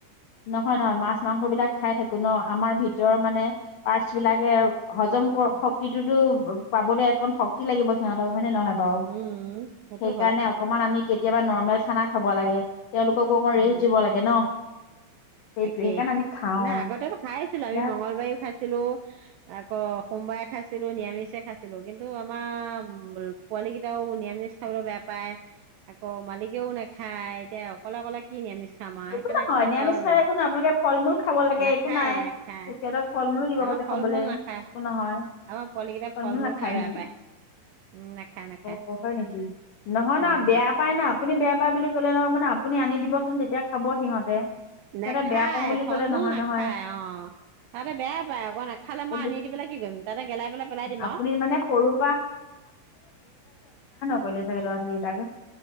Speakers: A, on the left; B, on the right.
A: নহয় নহয় মাছ মাংস বিলাক খাই থাকো। কোনো আমাৰ ভিতৰৰ মানে পাৰটছ বিলাকে হজম শক্তিটোতো পাবলৈ অকন শক্তি লাগিব সিহঁতক হয়নে নহয়। বাৰু
B: উম সেইটো
A: সেইকাৰণে
B: হয়।
A: অকমান আমি কেতিয়াবা নৰ্মেল খানা খাব লাগে। তেওঁলোককো অকণ
B: উম।
A: ৰেষ্ট দিব লাগে ন। সেইটোৱে
B: তাকেই
A: সেইকাৰণে আমি খাওঁ
B: না আগতেতো খাই আছিলো
A: এতিয়া
B: আমি মংগলবাৰেও খাইছিলো। আকৌ সোমবাৰে খাইছো ছিলো নিৰামিষে খাইছিলো কিন্তু আমাৰ হ'লেওঁ নিৰামিষে খাইছিলো, পোৱালি কেইটাওঁ নিৰামিষ খাবলৈ বেয়া পায়, আকৌ মালিকেও নাখায়, এতিয়া অকলে অকলে কি নিৰামিষ খাম আৰু, সেইকাৰনে
A: একো নহয়
B: আকৌ নোখোৱা
A: নিৰামিষ
B: হ'ল
A: খালে
B: আৰু।
A: একো আপোনালোকে ফল মূল খাব লাগে,
B: নাখায়
A: একো নাই
B: নাখায়
A: সিহঁতক ফল মূলো দিব
B: আমাৰ
A: পছে
B: ফল
A: খাবলে
B: মূল নাখায়
A: একো নহয়
B: আমাৰ পোৱালি কেইটাই
A: ফল মূল নাখায়
B: খাই বেয়া
A: নেকি
B: পায় উম, নাখায় নাখায়।
A: অ নেকি নহয়
B: উম,
A: ন বেয়া পায় না আপুনি বেয়া পায় বুলি কলে নহ'ব ন। আপুনি আনি দিবচোন তেতিয়া খাব সিহঁতে। সিহঁতে
B: নাখায়
A: বেয়া পাওঁ বুলি
B: ফল
A: ক'লে
B: মূল
A: নহয়
B: নাখায়
A: নহয়
B: অ' তাতে বেয়াই পায় আকৌ, নাখালে
A: কিন্তু
B: মই আনি দি পেলাই কি কৰিম? তাতে গেলাই পেলাই পেলাই দিম
A: আপুনি
B: আৰু।
A: মানে সৰুৰ পৰা কৰিলে চাগে ল'ৰা ছোৱালীকেটাক।